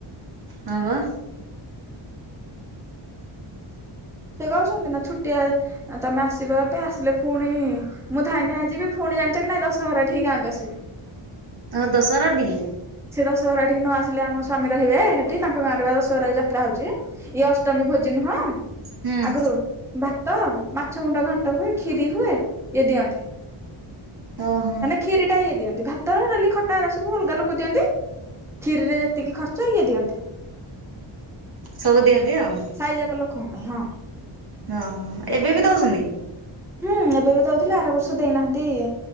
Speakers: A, on the right (about 45°); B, in the centre.
A: ହଁ ବା।
B: ସେ କହୁଛନ୍ତି ନା ଛୁଟିଆ ତମେ ଆସିବ ଏବେ ଆସିଲେ ଫୁଣି ମୁଁ ଧାଇଁ ଧାଇଁ ଯିବି ପୁଣି ଜାଣିଚ କି ନାଇଁ ଦଶହରା ଠିକି ଗାଁ କୁ ଆସିବି।
A: ହଁ ଦଶହରା ଡିଏ
B: ସେ ଦଶହରା ଏଠିକି ନ ଆସିଲେ ଆମ ସ୍ୱାମୀ ରେ ହୁଏ ହେଠି ତାଙ୍କ ଗାଁରେ ପା ଦଶହରାରେ ଯାତ୍ରା ହଉଛି। ଇଏ ଅଷ୍ଟମୀ ଭୋଜି ନୁହଁ
A: ହୁଁ
B: ଆଗରୁ ଭାତ ମାଛ ମୁଣ୍ଡ ଘାଣ୍ଟ ହୁଏ କ୍ଷୀରି ହୁଏ ଇଏ ଦିଅନ୍ତି।
A: ଓ ହୋ।
B: କ୍ଷୀରିଟା ଇଏ ଦିଅନ୍ତି ଭାତ ଡାଲି ଖଟା ଏରା ସବୁ ଅଲଗା ଲୋ କ ଦିଅନ୍ତି। କ୍ଷୀରି ରେ ଯେତିକି ଖର୍ଚ୍ଚ ଇଏ ଦିଅନ୍ତି।
A: ସବୁ ଦିଅନ୍ତି ଆଉ।
B: ସାଇଯାକ ଲୋକଙ୍କ ପାଇଁ ହଁ।
A: ଓ ହୋ। ଏବେ ବି ଦଉଚନି?
B: ହୁଁ ଏବେ ବି ଦଉଥିଲେ ଆର ବର୍ଷ ଦେଇନାହାନ୍ତି